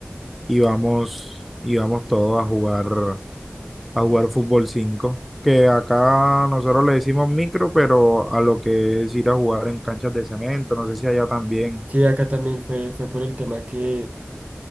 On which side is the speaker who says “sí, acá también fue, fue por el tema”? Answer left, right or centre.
Right